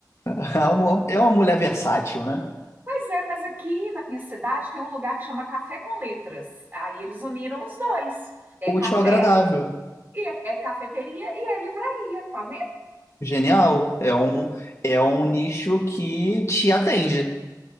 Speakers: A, on the left (about 40°); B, on the right (about 30°).
A: <laughs> É uma, é uma mulher versátil, né?
B: Pois é, mas aqui na minha cidade tem um lugar que chama Café com Letras. Aí eles uniram os dois. É
A: Útil,
B: café
A: agradável,
B: e é, é cafeteria e é livraria, tá vendo?
A: genial. É um, é um nicho que te atende,